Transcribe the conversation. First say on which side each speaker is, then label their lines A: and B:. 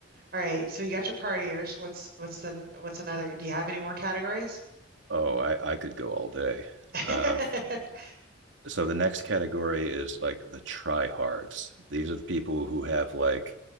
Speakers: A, on the right; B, on the right.
A: All right, so you got your partiers. What's what's the what's another? Do you have any more categories?
B: Oh, I, I could go all day.
A: <laughs>
B: Uh, so the next category is like the tryhards. These are the people who have like